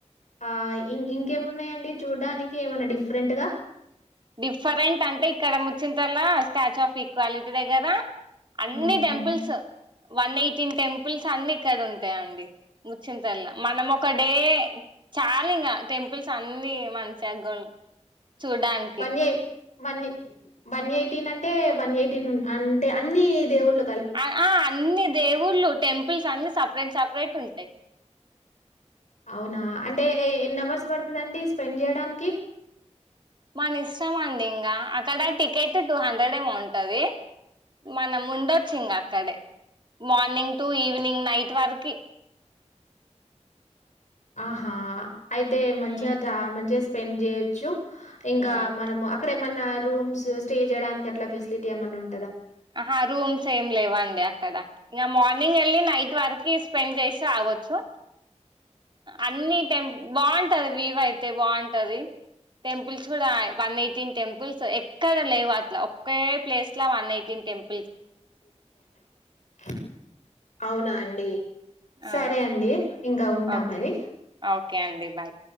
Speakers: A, on the left; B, on the right.
A: ఆ ఇం ఇంకేమున్నాయండి చూడ్డానికి ఏమన్నా డిఫ్రెంట్గా
B: డిఫరెంట్ అంటే ఇక్కడ ముచ్చంల్లా స్టాచ్యూ ఆఫ్ ఈక్వాలిటీ దగ్గరా అన్ని
A: హ్మ్
B: టెంపుల్స్ వన్ ఎయిటీన్ టెంపుల్స్ అన్ని ఇక్కడుంటయండి. ముచ్చింతల్ల మనం ఒక డే చాలింగ టెంపుల్స్ అన్ని మంచిగా గోల్ చూడ్డన్
A: బన్చేయ్ బన్జెయి వన్ ఎయిటీన్ అంటే వన్ ఎయిటీన్ ఉన్ అంటే అన్ని దేవుళ్ళ
B: ఆ అన్ని దేవుళ్ళలు టెంపుల్స్ అన్ని సపరేట్ సాపరైట్ ఉంటాయి
A: అవునా అంటే ఎన్ని అవర్స్ పడుతదండి స్పెండ్ చేయడానికి
B: మన ఇష్టం అండి ఇంకా, అక్కడ టికెట్ టూ హండ్రెడ్ ఏమౌంటది, మనం ఉండొచ్చు ఇంకా అక్కడే, మార్నింగ్ టు ఈవినింగ్ నైట్ వరకి
A: ఆహా అయితే మంచిగా
B: ఉమ్
A: <unintelligible> మంచిగా స్పెండ్ చేయోచ్చు ఇంకా
B: ఉమ్
A: మనము అక్కడే ఏమన్నా రూమ్స్ స్టే చేయడానికి అట్లా ఫెసిలిటీ ఏమన్నా ఉం
B: ఆహా రూమ్స్ ఏం లేవండి అక్కడ ఇంక మార్నింగ్ వెళ్ళి నైట్ వరకి స్పెండ్ చేసి ఆగొచ్చు అన్ని టెంపుల్ బాగుంటది వివ్ అయితే బాగుంటది, టెంపుల్స్ కూడా వన్ ఎయిటీన్ టెంపుల్స్ కదా లేవు అట్లా ఒకే ప్లేస్ లా వన్ అయి <unintelligible>
A: <inaudible> అవునా అండి
B: ఆ
A: సరే అండి ఇంకా ఉంటా
B: ఓకే
A: మరి
B: ఓకే అండి బాయ్